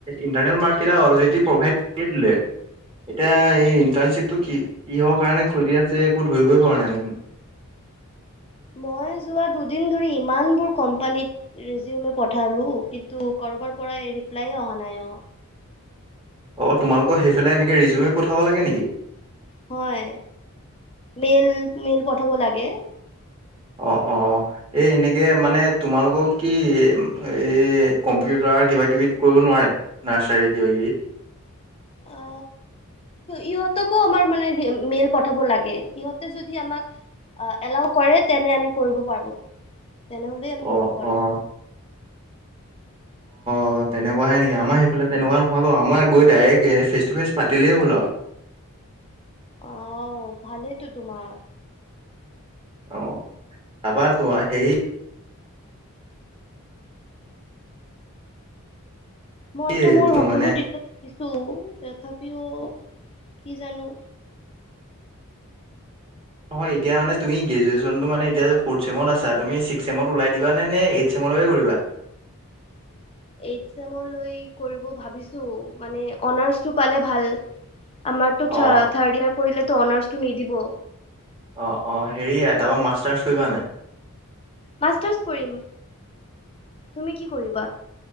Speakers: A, on the right; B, on the left.
A: ইণ্টাৰনেট মাৰ্কটাল প্ৰভাইত কৰি দিলে।
B: <inaudible>
A: এতিয়া এই ইন্টাৰ্ণশ্বিপ
B: হুম।
A: টো কি কিহৰ কাৰণে খুজি আছে একো ধৰিবই পৰা নাই দেখোন।
B: মই যোৱা দুদিন ধৰি ইমানবোৰ কোম্পানীত ৰেজিওনো পঠালোঁ। কিন্তু বাৰ পৰা ৰিপ্লাই অহা নাই অ
A: অ তোমালোকৰ সেইফালে এনেকে ৰিজিউমে পঠাব লাগে নেকি?
B: হয় মেইল মেইল পঠাব লাগে।
A: অ অ এই এনেকে মানে তোমালোকক কি এই কম্পিউটাৰ কিবা কিবি কৰিব নোৱাৰে নাৰ্চাৰী কিবা কিবি?
B: অ ইহঁতকো আমাৰ মানে মেল পঠাব লাগে। ইহঁতে যদি আমাক এলাও কৰে তেনে আমি কৰিব পাৰো। তেনেহলে আমি কৰিব
A: অ'
B: পাৰো।
A: অ'
B: <inaudible>
A: অ তেনেকুৱাহে নেকি আমাৰ সেইফালে তেনেকুৱা নহয় বাও। আমাৰ গৈ ডাইৰেক্ট ফেচটুফেচ পাতিলেই হ'ল আৰু।
B: অহ ভালেইতো তোমাৰ
A: অ যাবা তো সেই
B: মইতো
A: এইটো
B: মোৰ সকলো
A: মানে
B: দ্বিতেলছ দিছো তথাপিও কি জানো
A: হয় এতিয়া মানে তুমি গ্ৰেজুৱেচনটো মানে এতিয়া ফৰ্থ ছেমত আছা তুমি ছিক্স ছেমত ওলাই দিবা নে নে এইট ছেমত লকে কৰিবা
B: <inaudible> এইট ছেমলৈ কৰিব ভাবিছো মানে অনাৰ্চটো পালে ভাল আমাৰতো
A: অ
B: থাৰ্ড ইয়াৰ কৰিলেতো অনাৰ্ছটো নি দিব
A: অ অ হেৰি তাৰপা মাষ্টাৰ্চ কৰিবা নাই
B: মাষ্টাৰ্চ কৰিম তুমি কি কৰিবা?